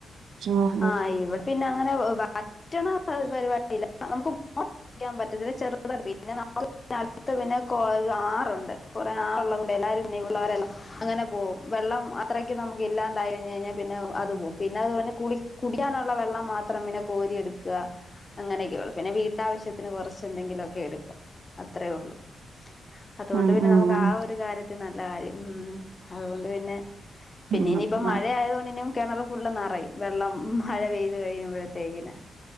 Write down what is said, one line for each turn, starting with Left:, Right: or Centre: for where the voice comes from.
Right: ഉം
Left: ആ ഇവെടെ പിന്നെ അങ്ങനെ വറ്റ്ണ അ പരിപാടില്ല നമുക്ക് <unintelligible> <unintelligible> അങ്ങനെ പോകും വെള്ളം അത്രേ ക്ക്‌ നമുക്ക് ഇല്ലാണ്ടായി <unintelligible> പിന്നെ അത് പോകും പിന്നെ അത് കുടി കുടിക്കാനുള്ള വെള്ളം മാത്രം പിന്നെ കോരി ക്കാ അങ്ങനെയൊക്കെ ഒള്ളൂ പിന്നെ വീട്ടാവശ്യത്തിന് കൊറ്ച്ച് എന്തെങ്കിലുക്കെ എടുക്കും അത്രേ ഉള്ളു അതുകൊണ്ട്
Right: ഉം
Left: പിന്നെ
Right: ഉം
Left: നമുക്ക് ആ ഒരു കാര്യത്തി നല്ല കാര്യം ഉം അതുകൊണ്ട് പിന്നെ പിന്നെ
Right: ഉം
Left: ഇനിയിപ്പം
Right: ഉം
Left: മഴയായതുകൊണ്ട്നും കിണർ ഫുള്ള് നറയും വെള്ളം മഴ പെയ്ത് കഴിയുമ്പോഴത്തേക്കിന്